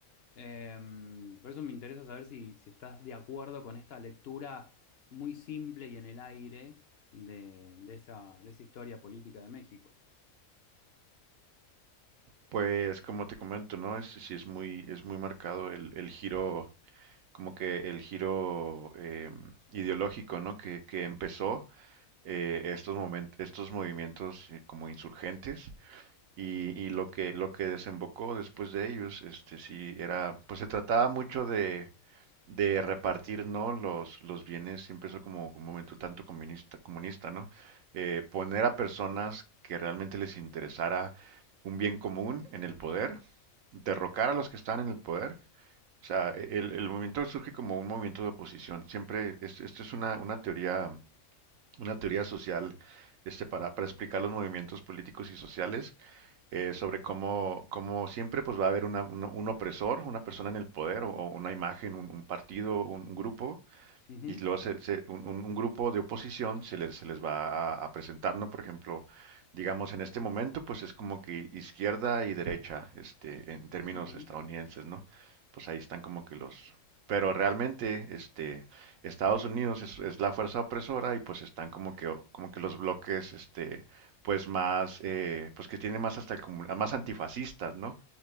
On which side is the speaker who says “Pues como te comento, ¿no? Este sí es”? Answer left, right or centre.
Right